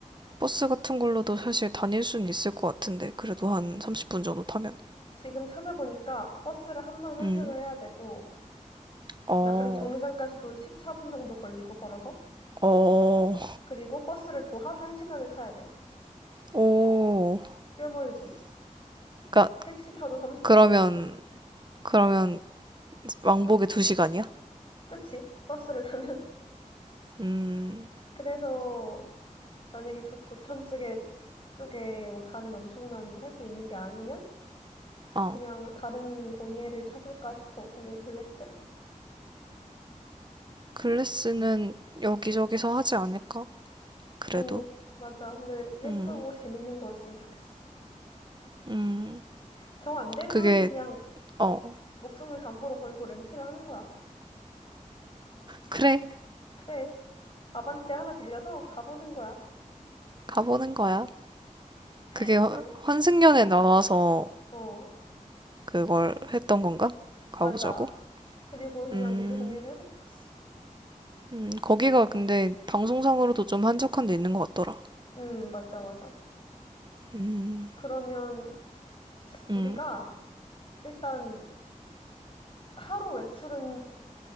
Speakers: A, on the right; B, on the left.
A: 버스 같은 걸로도 사실 다닐 수는 있을 것 같은데, 그래도 한 30분 정도 타면.
B: 지금 찾아보니까 버스를 한번 환승을
A: 음.
B: 해야 되고,
A: 어,
B: 그러니까 그리고 정류장까지도 14분 정도 걸리고 걸어서.
A: 어,
B: 그리고 버스를 도합 1시간을 타야 돼.
A: 오.
B: 꽤 멀지.
A: 그러니까,
B: 택시 타도 30분
A: 그러면,
B: 걸리고.
A: 그러면 왕복에 두 시간이야
B: 그치? 버스를 타면. <laughs>
A: 음,
B: 그래서 만약에 조, 조천 쪽에 쪽에 뭐 다른 엄청난 할 게 있는 게 아니면
A: 어.
B: 그냥 다른 공예를 찾을까 싶어. 공예 클래스를.
A: 글래스는 여기저기서 하지 않을까? 그래도.
B: 음, 맞아. 근데 예쁘고
A: 음,
B: 재밌는 거였으면 좋겠어.
A: 음.
B: 정 안 되면
A: 그게,
B: 그냥
A: 어.
B: 목숨을 담보로 걸고 렌트를 하는 거야.
A: 그래,
B: 그래. 아반떼 하나 빌려서 가보는 거야.
A: 가보는 거야.
B: <laughs>
A: 그게 화-
B: 아무,
A: 환승연에 나와서
B: 어,
A: 그걸 했던 건가? 가보자고?
B: 맞아. 그리고 그냥
A: 음.
B: 유료 공예를 해보고 싶었어.
A: 음, 거기가 근데 방송상으로도 좀 한적한 데 있는 것 같더라.
B: 음, 맞아, 맞아.
A: 음,
B: 그러면
A: 음,
B: 우리가 일단 하루 외출은